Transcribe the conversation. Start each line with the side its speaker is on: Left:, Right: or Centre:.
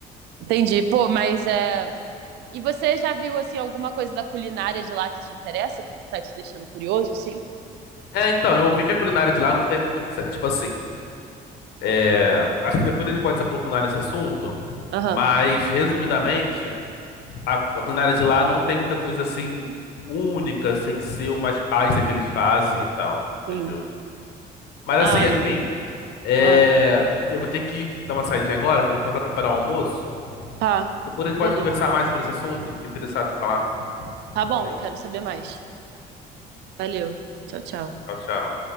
Right: Entendi. Pô, mas é. E você já viu, assim, alguma coisa da culinária de lá que te interessa, que tá te deixando curioso, assim?
Left: É, então, eu vi que a culinária de lá não tem muito mistério. Tipo assim, é, acho que depois a gente pode se aprofundar nesse assunto,
Right: Aham.
Left: mas, resumidamente, a, a culinária de lá não tem muita coisa assim única, sem ser umas pastas que eles fazem e tal, entendeu?
Right: Sim.
Left: Mas
Right: Ah,
Left: assim, Yasmin.
Right: entendi.
Left: É,
Right: Ah,
Left: eu vou ter que dar uma saidinha agora, que eu vou começar a preparar o almoço.
Right: tá.
Left: Depois a gente
Right: Beleza.
Left: pode conversar mais sobre esse assunto. Fico interessado em falar.
Right: Tá bom,
Left: Valeu.
Right: quero saber mais. Valeu. Tchau, tchau.
Left: Tchau, tchau.